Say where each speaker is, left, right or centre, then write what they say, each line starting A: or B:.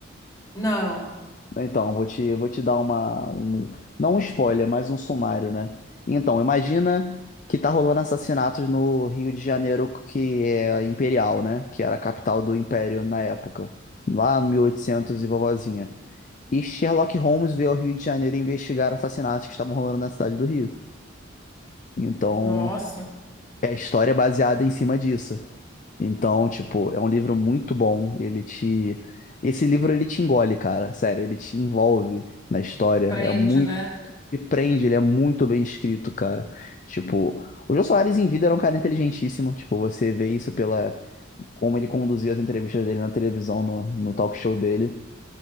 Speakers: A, on the left (about 20°); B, on the left (about 40°).
A: Não,
B: Então, vou te, vou te dar uma, um, não um spoiler, mas um sumário, né? Então, imagina que tá rolando assassinatos no Rio de Janeiro, que é imperial, né? Que era a capital do império na época, lá no 1800 e oitocentos e vovozinha. E Sherlock Holmes veio ao Rio de Janeiro investigar assassinatos que estavam rolando na cidade do Rio. Então,
A: nossa,
B: é a história é baseada em cima disso. Então, tipo, é um livro muito bom. Ele te. Esse livro ele te engole, cara. Sério, ele te envolve na história.
A: prende,
B: É muito.
A: né?
B: Te prende, ele é muito bem escrito, cara. Tipo, o Jô Soares em vida era um cara inteligentíssimo. Tipo, você vê isso pela. Como ele conduzia as entrevistas dele na televisão, no, no talk show dele.